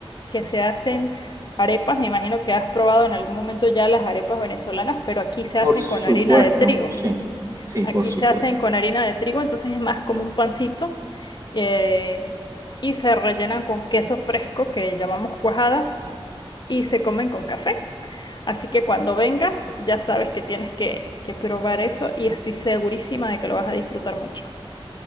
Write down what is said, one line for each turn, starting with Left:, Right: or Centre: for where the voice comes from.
Left: que se hacen arepas. Me imagino que has probado en algún momento ya las arepas venezolanas, pero aquí se hacen
Right: por supuesto,
Left: con harina de trigo.
Right: sí, sí,
Left: Aquí
Right: por supuesto.
Left: se hacen con harina de trigo, entonces es más como un pancito eh, y se rellenan con queso fresco que llamamos cuajada y se comen con café. Así que cuando vengas, ya sabes que tienes que, que probar eso y estoy segurísima de que lo vas a disfrutar mucho.